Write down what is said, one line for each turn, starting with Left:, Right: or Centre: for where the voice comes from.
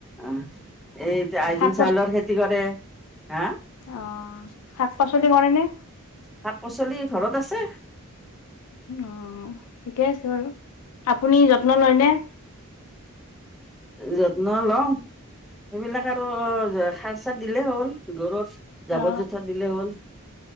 Centre: আহ এই যা আইজং
Left: শাক
Centre: চাউলৰ খেতি কৰে। হা?
Left: অঁ শাক পাচলি কৰেনে?
Centre: শাক - পাচলি ঘৰত আছে।
Left: অঁ ঠিকে আছে বাৰু আপুনি যত্ন লয়নে?
Centre: যত্ন লওঁ। সেইবিলাক আৰু যে সাৰ চাৰ দিলেই হ'ল ঘৰত। জাবৰ
Left: অ
Centre: জোথৰ দিলে হ'ল।